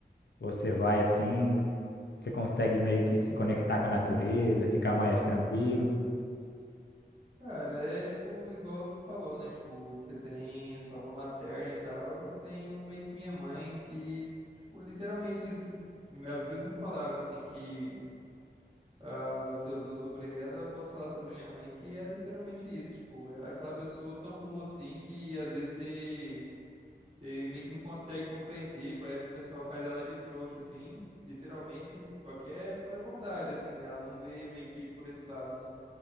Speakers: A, on the left (about 85°); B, on the right (about 35°).
A: você vai assim, você consegue meio que se conectar com a natureza, ficar mais tranquilo.
B: Cara, é tipo, igual você falou, né? Tipo, você tem sua avó materna e tal, eu tenho meio que minha mãe que, tipo, literalmente isso, as mesmas palavras, assim, que ah, você usou sobre ela, eu posso falar sobre minha mãe, que é literalmente isso, tipo, é aquela pessoa tão boa, assim, que às vezes você Você meio que não consegue compreender, parece que o pessoal faz ela de trouxa, assim, literalmente, só que é pura bondade, assim, né? Ela não vê meio que por esse lado, né?